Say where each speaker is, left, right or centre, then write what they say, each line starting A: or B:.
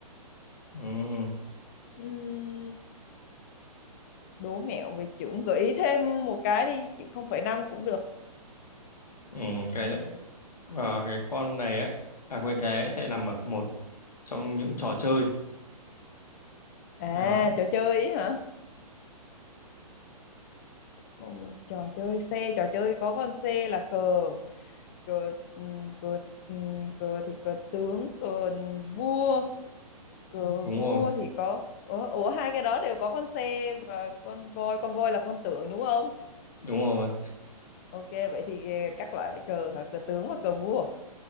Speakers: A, on the left (about 80°); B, on the left (about 25°).
A: ừ,
B: Ừm, đố mẹo về chữ gợi ý thêm một cái đi chịu không phẩy năm cũng được
A: ừ, cái ờ, cái con này á à quên cái sẽ nằm ở một trong những trò chơi
B: à
A: đó
B: trò chơi ý hả Ồ, trò chơi xe trò chơi có con xe là cờ cờ ừ, cờ ừ, cờ thì cờ tướng cờ vua cờ
A: đúng
B: vua
A: rồi
B: thì có ủa, ủa hai cái đó đều có con xe và con voi con voi là con tượng đúng không
A: đúng rồi
B: ok vậy thì các loại cờ hả cờ tướng và cờ vua